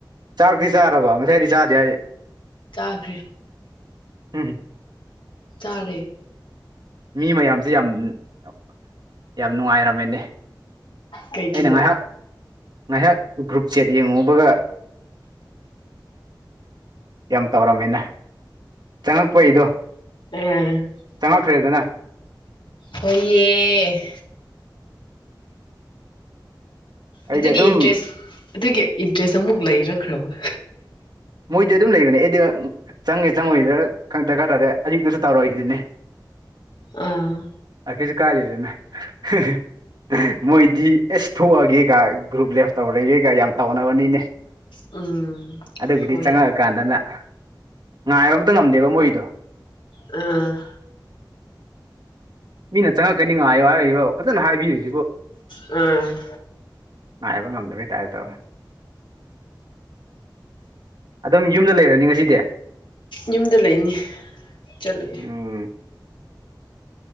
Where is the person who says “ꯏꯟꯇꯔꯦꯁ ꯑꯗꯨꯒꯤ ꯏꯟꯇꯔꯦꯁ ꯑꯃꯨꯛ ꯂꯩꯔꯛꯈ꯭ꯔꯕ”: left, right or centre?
Left